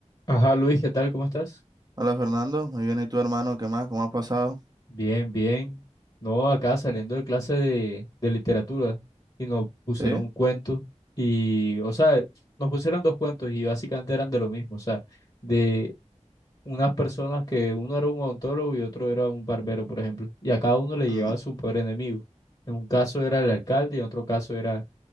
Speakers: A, on the left; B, on the right.
A: Ajá, Luis, ¿qué tal? ¿Cómo estás?
B: Hola Fernando, muy bien, ¿y tu hermano? ¿Qué más? ¿Cómo has pasado?
A: Bien, bien. No, acá saliendo de clase de, de literatura y nos pusieron
B: ¿Sí?
A: un cuento y, o sea, nos pusieron dos cuentos y básicamente eran de lo mismo, o sea, de unas personas que uno era un odontólogo y otro era un barbero, por ejemplo, y a cada uno le llegaba
B: Ujú,
A: su peor enemigo. En un caso era el alcalde y en otro caso era